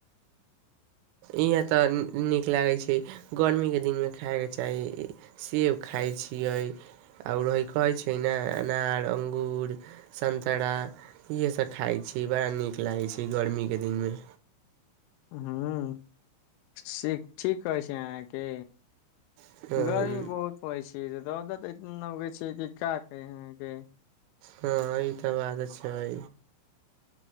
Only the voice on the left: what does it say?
हुँ सीक ठीक कहै छियै अहाँके?
गर्मी बहुत पड़ै छै रौद तऽ एतना न उगै छै कि का कही अहाँके